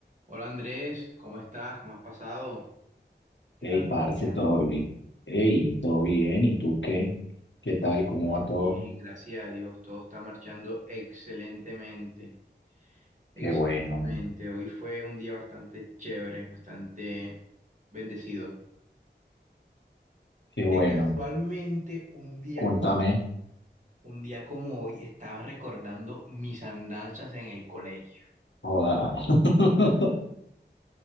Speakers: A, on the right; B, on the left.
A: Hola Andrés, ¿cómo estás? ¿Cómo has pasado? ¿Qué
B: Hey,
A: tal
B: parce,
A: tu día?
B: todo, bi- ey, todo bien, ¿y tú qué? ¿Qué tal? ¿Cómo
A: Bien,
B: va todo?
A: bien, gracias a Dios. Todo está marchando excelentemente,
B: Qué
A: excelentemente.
B: bueno,
A: Hoy fue un día bastante chévere, bastante bendecido.
B: qué bueno.
A: Que casualmente un día
B: Contame,
A: como... Un día como hoy estaba recordando mis andanzas en el colegio.
B: joda. <laughs>